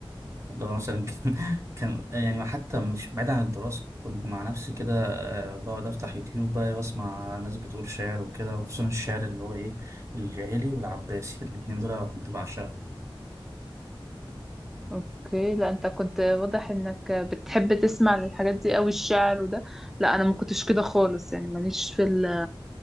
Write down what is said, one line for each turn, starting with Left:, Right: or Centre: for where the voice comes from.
Right: ده مثلا <laughs> كان كان يعني حتى مش بعيد عن الدراسة كنت مع نفسي كده آه، بقعد أفتح يوتيوب بقى وأسمع ناس بتقول شعر وكده وخصوصا الشعر اللي هو إيه الجاهلي والعباسي الاتنين دول كنت بعشقهم
Centre: اوكي لا انت كنت واضح انك بتحب تسمع الحاجات دي قوي الشعر وده لا انا ما كنتش كده خالص يعني ماليش في ال...